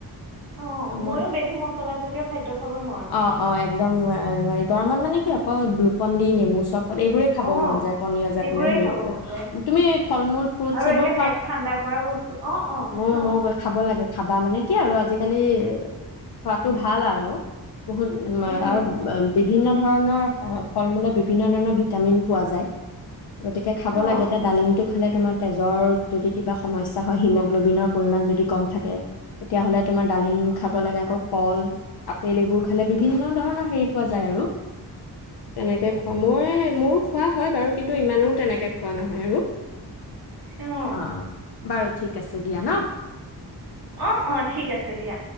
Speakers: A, on the right; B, on the left.
A: অঁ
B: মই
A: ময়ো বেছি মছলাজাতীয় খাদ্য খাব নোৱাৰোঁ
B: অ অ একদম নোৱা নোৱাৰি গৰমত মানে, অকল গ্লুকন দি নেমু চৰব- এইবোৰে খাব
A: অঁ
B: মন যায়, পনিয় জাতীয়
A: এইবোৰে
B: হেইবোৰ,
A: খাব মন যায়
B: তুমি ফল মূল ফ্ৰুটছ
A: আৰু
B: এইবোৰ
A: একে পেট ঠাণ্ডা কৰা বস্তু, অ অ
B: মৌ
A: খাও।
B: মৌ খাব লাগে খাবা মানে কি আৰু আজিকালি খোৱাটো ভাল আৰু বহুত
A: অঁ
B: আৰু বিভিন্ন ধৰণৰ ফল মূলত বিভিন্ন ধৰণৰ ভিটামিন পোৱা যায়। গতিকে খাব
A: অঁ
B: লাগে, এতিয়া ডালিমটো খালে- তোমাৰ তেজৰ- যদি কিবা সমস্যা হয়, হিমগ্ল'বিনৰ পৰিমাণ যদি কম থাকে তেতিয়াহ'লে- তোমাৰ ডালিম খাব লাগে আকৌ, কল, আপেল এইবোৰ খালে বিভিন্ন ধৰণৰ হেৰি পোৱা যায় আৰু তেনেকে খোৱা মই, মোৰো খোৱা হয় বাৰু কিন্তু ইমানো তেনেকে খোৱা নহয় আৰু।
A: অঁ
B: অ বাৰু - ঠিক আছে দিয়া ন-
A: অ অ ঠিক আছে দিয়া।